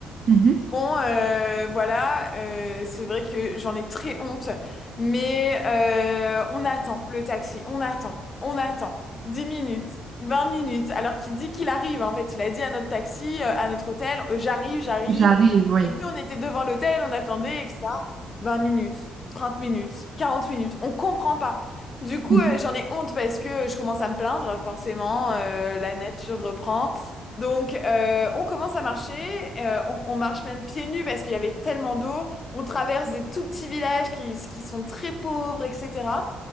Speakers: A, on the right (about 50°); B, on the left (about 40°).
A: Mhm.
B: Bon, euh, voilà, euh, c'est vrai que j'en ai très honte, mais euh, on attend le taxi, on attend, on attend. 10 minutes, 20 minutes, alors qu'il dit qu'il arrive, en fait. Il a dit à notre taxi, euh, à notre hôtel, euh, j'arrive, j'arrive.
A: J'arrive, oui.
B: Donc nous, on était devant l'hôtel, on attendait, etc. vingt minutes, 30 minutes, 40 minutes, on comprend pas. Du coup,
A: Mhm.
B: euh, j'en ai honte parce que je commence à me plaindre, forcément, euh, la nature reprend. Donc, euh, on commence à marcher, euh, on, on marche même pieds nus parce qu'il y avait tellement d'eau. On traverse des tout petits villages qui, qui sont très pauvres, etc.